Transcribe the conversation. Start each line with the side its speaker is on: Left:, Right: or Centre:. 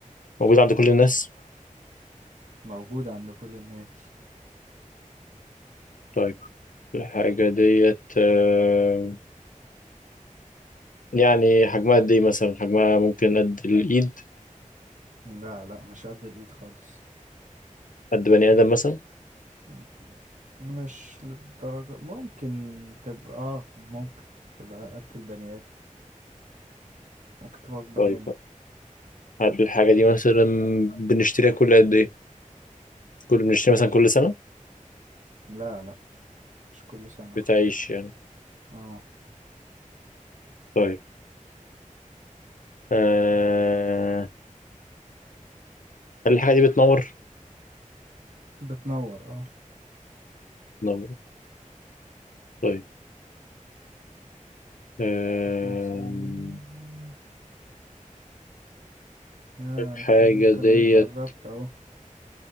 Left: موجودة عند كل الناس
Right: موجودة عند كل الناس
Left: طيب الحاجة ديت آم، يعني حجمها قد إيه مثلا حجمها ممكن قد الإيد
Right: لا لا مش قد الايد خالص
Left: قد بني آدم مثلا
Right: م- م- مش للدرجة ممكن تبقى اه ممكن تبقى قد البني ادم ممكن تبقى اكبر
Left: طيب
Right: منه
Left: هل الحاجة دي مثلا بنشتريها كل قد إيه كل بنشتريها مثلا كل سنة
Right: لا لا مش كل سنة
Left: بتعيش
Right: خالص
Left: يعني
Right: اه
Left: طيب آه، هل الحاجة دي بتنور؟
Right: بتنور اه
Left: بتنور طيب آم،
Right: مثلا آه
Left: الحاجة
Right: ممكن
Left: ديت
Right: انت قربت اهو